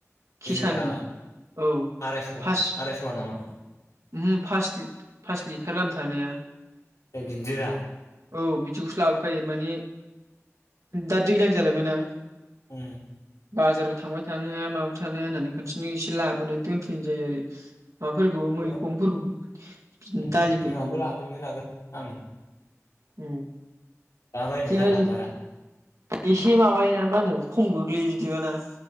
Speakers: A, on the left; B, on the right.
A: गिदिरा
B: किसान औ
A: आरायस'
B: फार्स्ट
A: आरायस'आ नामा
B: उहु पास लिटार गाहाम थानाया।
A: बे गिदिरा।
B: औ बिदिखौसो लाबोखायो माने दा दैज्लां जालायबायना
A: उम।
B: बाजारबो थांबाय थानो हाया माबा थानो हाया होननानै खनसेनो एसे लाबोनानै दोनफैनाय जायो आरो। माबाफोरखौबो मैगंफोरखौबो
A: जोंहा
B: बिदि
A: उम
B: दालिफोरखौबो
A: जोंहाबो लाबोयोमोन आगोल आं
B: उम।
A: दा बायनाय
B: जेनेबा
A: जाला बारा।
B: एसे माबायोना मा होनो खम गोग्लैयो बिदिबाना